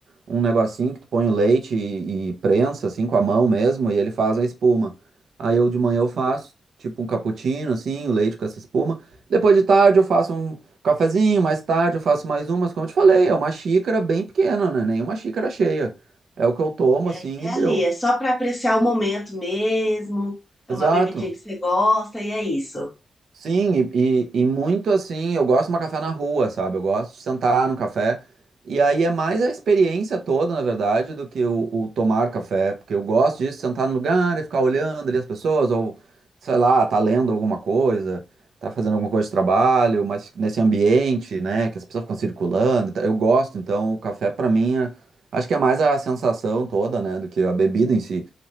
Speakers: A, on the right; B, on the left.
A: um, um negocinho que tu põe o leite e, e prensa, assim, com a mão mesmo, e ele faz a espuma. Aí eu de manhã eu faço tipo um cappuccino, assim, o leite com essa espuma. Depois de tarde eu faço um cafezinho, mais tarde eu faço mais um, mas como eu te falei, é uma xícara bem pequena, né? Nem uma xícara cheia. É o que eu tomo,
B: E
A: assim,
B: é, é
A: e deu.
B: ali, é só para apreciar o momento mesmo. É
A: Exato.
B: uma bebidinha que você gosta e é isso.
A: Sim, e, e, e muito assim, eu gosto de uma café na rua, sabe? Eu gosto de sentar no café. E aí é mais a experiência toda, na verdade, do que o, o tomar café, porque eu gosto disso, sentar no lugar e ficar olhando ali as pessoas, ou sei lá, tá lendo alguma coisa, tá fazendo alguma coisa de trabalho, mas nesse ambiente, né, que as pessoas ficam circulando. e tal. Eu gosto, então o café pra mim é- acho que é mais a sensação toda, né, do que a bebida em si.